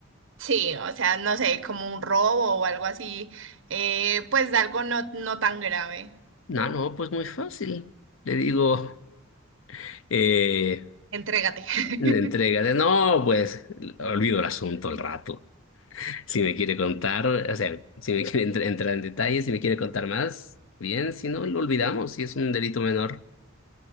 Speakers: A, on the right; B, on the left.
A: Sí, o sea, no sé, como un robo o algo así, eh, pues de algo no, no tan grave.
B: No, no, pues muy fácil. Le digo, eh,
A: Entrégate. <laughs>
B: entrégate. No, pues olvido el asunto al rato. Si me quiere contar, o sea, si me quiere entr- entrar en detalles, si me quiere contar más, bien, si no, lo olvidamos, si es un delito menor.